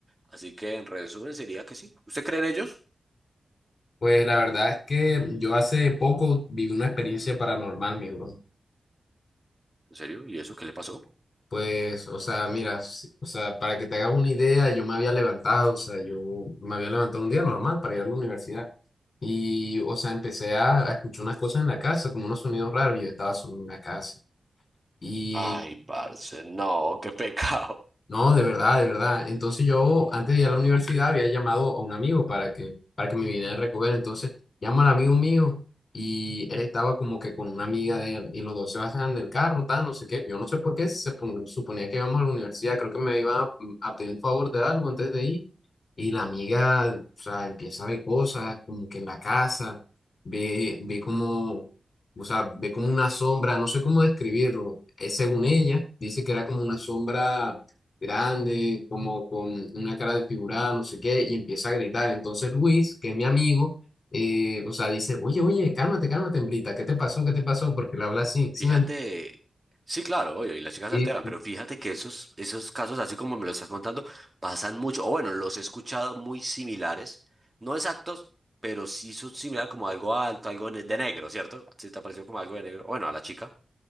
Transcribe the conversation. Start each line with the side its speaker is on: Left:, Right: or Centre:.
Right: Así que en resumen sería que sí. ¿Usted cree en ellos?
Left: Pues la verdad es que yo hace poco viví una experiencia paranormal, mi bro.
Right: ¿En serio? ¿Y eso qué le pasó?
Left: Pues, o sea, mira, si- o sea, para que te hagas una idea, yo me había levantado, o sea, yo me había levantado un día normal para ir a la universidad. Y, o sea, empecé a, a escuchar unas cosas en la casa, como unos sonidos raros, y yo estaba solo en la casa. Y,
Right: Ay, parce, no, qué pecado.
Left: no, de verdad, de verdad. Entonces yo antes de ir a la universidad había llamado a un amigo para que, para que me viniera a recoger. Entonces llamo al amigo mío y él estaba como que con una amiga de él y los dos se bajan del carro, tal, no sé qué. Yo no sé por qué se pon- suponía que íbamos a la universidad. Creo que me iban a, mm, a pedir un favor de algo antes de ir. Y la amiga, o sea, empieza a ver cosas como que en la casa, ve, ve como, o sea, ve como una sombra, no sé cómo describirlo. Eh, según ella, dice que era como una sombra grande, como con una cara desfigurada, no sé qué, y empieza a gritar. Entonces Luis, que es mi amigo, eh, o sea, dice, oye, oye, cálmate, cálmate, hembrita, ¿qué te pasó? ¿Qué te pasó? Porque le habla así, ¿sí
Right: Fíjate,
Left: me
Right: sí, claro, obvio, y las chicas
Left: entendí?
Right: se alteran, pero fíjate que esos, esos casos, así como me lo estás contando, pasan mucho, o bueno, los he escuchado muy similares, no exactos, pero sí son similares como algo alto, algo ne- de negro, ¿cierto? Sí, te pareció como algo de negro. Bueno, a la chica,